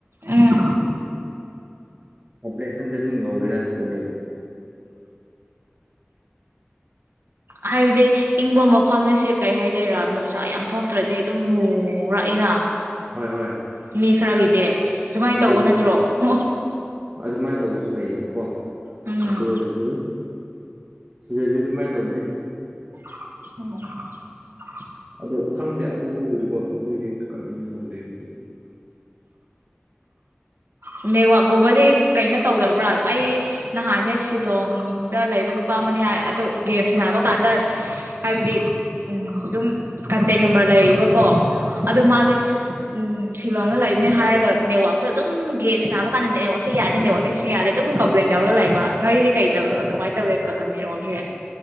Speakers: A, on the right (about 65°); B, on the right (about 20°).
A: ꯎꯝ
B: ꯀꯄꯂꯦ ꯁꯖꯦ ꯑꯗꯨ ꯉ ꯑꯣꯏꯣꯏꯗꯥꯁꯇ ꯂꯩꯖꯦ
A: ꯍꯥꯏꯕꯗꯤ ꯏꯪꯕ ꯃꯐꯝꯗꯁꯦ ꯀꯩ ꯍꯥꯏꯗꯣꯏꯔꯥ ꯅꯨꯡꯁꯥ ꯌꯥꯝ ꯊꯣꯛꯇ꯭ꯔꯗꯤ ꯑꯗꯨꯝ ꯃꯨꯔꯛꯏꯅ
B: ꯍꯣꯏ ꯍꯣꯏ
A: ꯃꯤ ꯈꯔꯒꯤꯗꯤ ꯑꯗꯨꯃꯥꯏꯅ
B: ꯑꯗꯨꯁꯨ
A: ꯇꯧꯕ ꯅꯠꯇ꯭ꯔꯣ ꯑꯣ
B: ꯑꯗꯨꯃꯥꯏꯅ ꯇꯧꯕ ꯁꯨ ꯂꯩꯌꯦꯕꯀꯣ
A: ꯎꯝ
B: ꯑꯗꯨ ꯑꯣꯏꯔꯁꯨ ꯁꯤꯗꯗꯤ ꯑꯗꯨꯃꯥꯏꯅ ꯇꯧꯗꯦ
A: ꯑꯣ
B: ꯑꯗꯣ ꯈꯪꯗꯦ ꯑꯀꯣꯛꯄꯕꯨꯗꯤꯀꯣ ꯑꯩꯈꯣꯏꯗꯤ ꯀꯅ ꯇꯧꯗꯦꯕꯨꯗꯤ
A: ꯅꯦꯋꯥꯒꯨꯝꯕꯗꯤ ꯀꯩꯅꯣ ꯇꯧꯗꯕ꯭ꯔꯥ ꯑꯩ ꯅꯍꯥꯟꯅꯦ ꯁꯤꯂꯣꯡꯗ ꯂꯩꯕ ꯅꯨꯄꯥ ꯑꯗꯨ ꯒꯦꯝ ꯁꯅꯕ ꯀꯥꯟꯗ ꯍꯥꯏꯕꯗꯤ ꯎ ꯑꯗꯨꯝ ꯀꯟꯇꯦꯛ ꯅꯝꯕꯔ ꯂꯩ ꯂꯩꯕꯀꯣ ꯑꯗꯨ ꯃꯥꯗꯤ ꯎꯝ ꯁꯤꯂꯣꯡꯅ ꯂꯩꯕꯅꯤ ꯍꯥꯏꯔꯒ ꯅꯦꯠꯋꯥꯛꯇ ꯑꯗꯨꯝ ꯒꯦꯝꯁ ꯁꯥꯅꯥꯕ ꯀꯥꯟꯗꯅꯦ ꯅꯅꯦꯉꯣꯛꯁꯤ ꯌꯥꯗꯦ ꯅꯅꯦꯕꯛꯇ ꯁꯤꯁꯨ ꯌꯥꯗꯦ ꯑꯗꯨꯝ ꯀꯝꯄ꯭ꯂꯦꯟ ꯇꯔꯒ ꯂꯩꯕ ꯅꯣꯏꯗꯤ ꯀꯩꯧ ꯀꯃꯥꯏꯅ ꯇꯧꯒꯦ ꯅꯤꯔꯣꯁꯦ